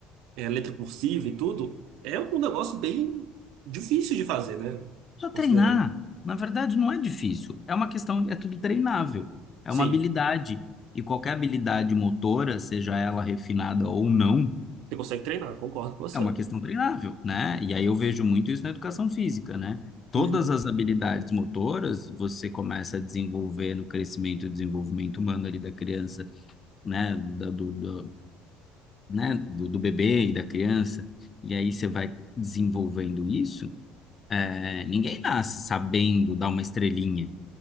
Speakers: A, on the right (about 70°); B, on the left (about 25°).
A: é, letra cursiva e tudo, é um negócio bem difícil de fazer, né?
B: Só
A: Considerando.
B: treinar. Na verdade, não é difícil. É uma questão, é tudo treinável. É
A: Sim,
B: uma habilidade. E qualquer habilidade motora, seja ela refinada ou não,
A: você consegue treinar, concordo com você.
B: é uma questão treinável, né? E aí eu vejo muito isso na educação física, né? Todas
A: Uhum,
B: as habilidades motoras você começa a desenvolver no crescimento e desenvolvimento humano ali da criança, né? Da- do, do, né? do, do bebê e da criança. E aí você vai desenvolvendo isso. É, ninguém nasce sabendo dar uma estrelinha.